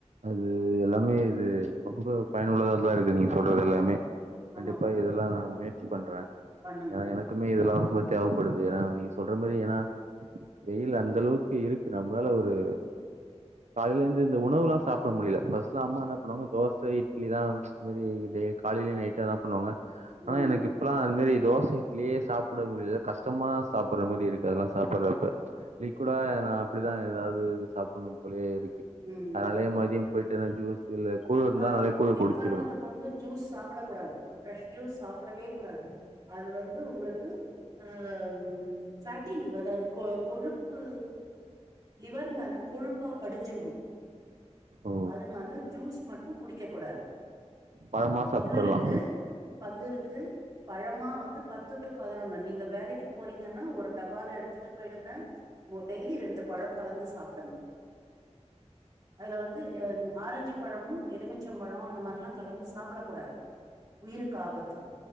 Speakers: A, on the right; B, on the right.
A: அது எல்லாமே இது ரொம்ப பயனுள்ளதா தா இருக்கு நீங்க சொல்றது எல்லாமே கண்டிப்பா
B: ஆமா
A: இதெல்லா நா முயற்சி பண்றே
B: பண்ணுங்கோ
A: ஏன்னா எனக்குமே
B: ம்
A: இதெல்லா ரொம்ப தேவப்படுது ஏன்னா நீங்க சொல்ற மாரி ஏன்னா வெயில் அந்த அளவுக்கு இருக்கு நம்மளால ஒரு காலிலேந்து இந்த உணவுலா சாப்பிட முடியல ஃபஸ்ட்லா அம்மா என்ன பண்ணுவாங்க தோச இட் இட்லி லா ச் காலையில நைட்ல தா பண்ணுவாங்க
B: ம்
A: ஆனா எனக்கு இப்பல்லா அந்த மாரி தோச இட்லியே சாப்பிட முடியல கஷ்டமா சாப்பிடற மாரி இருக்கு அது எல்லா சாப்படுறப்ப
B: ம்
A: லிக்குடா நா அப்டிதா ஏதாவது சாப்பிடனு போலயே இருக்கு
B: ம்
A: அதனாலே மதியம் போயிட்டு ஜூஸ் இல்ல இருந்தா
B: ஆ
A: நாலே கூழ்
B: எக்
A: குடிச்சிருவே
B: காரணத்த கொண்டு ஜூஸ் சாப் சாப்பிட கூடாது பிரஷ் ஜூஸ் சாப்பிடவே கூடாது அது வந்து உங்களுக்கு ஆ ஃபேட்டி அதாவது கொ கொழுப்பு லிவர் மேல கொழுப்பா படிஞ்சிரு
A: ஓ
B: அதனால ஜூஸ் மட் குடிக்க கூடாது
A: பழமா
B: நமக்கு
A: சாப்ட்றலா
B: பல்லு இருக்கு பல்லு இருக்கு பழமா வந்து பத்து டு பதினொன்னு நீங்க வேலைக்கு போறீங்கன்னா ஒரு டப்பால எடுத்துட்டு போயிருங்க டெய்லி ரெண்டு பழம் கலந்து சாப்பிடுங்க அதுல வந்து ஆரஞ்சு பழமும் எலுமிச்சம்பழம் இந்த மாரிலா கலந்து சாப்பிடக்கூடாது உயிருக்கு ஆபத்து